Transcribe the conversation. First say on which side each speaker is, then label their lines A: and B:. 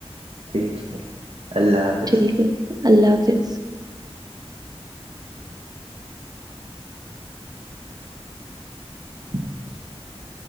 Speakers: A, on the right; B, on the right.
A: ٹھیک ہے اللہ حافظ
B: ٹھیک ہے اللہ حافظ
A: <inaudible>